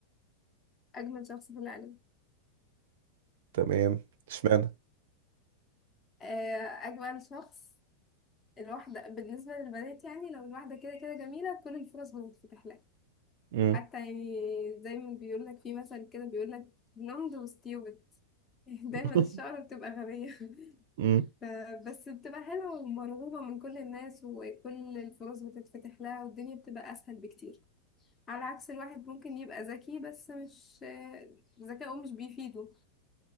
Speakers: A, on the left (about 25°); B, on the right (about 55°).
A: أجمل شخص في العالم
B: تمام اشمعنى
A: آه، أجمل شخص الواحدة بالنسبة للبنات يعني لو الواحدة كده كده جميلة كل الفرص بتتفتح لها
B: امم
A: حتى يعني زي ما بيقول لك في مثل كده بيقول لك بلوند وستيوبد <laughs> دايما
B: <laughs>
A: الشعر بتبقى غبية <laughs>
B: امم
A: ف- بس بتبقى حلوة ومرغوبة من كل الناس وكل الفرص بتتفتح لها والدنيا بتبقى أسهل بكتير على عكس الواحد ممكن يبقى ذكي بس مش آه، ذكاؤه مش بيفيده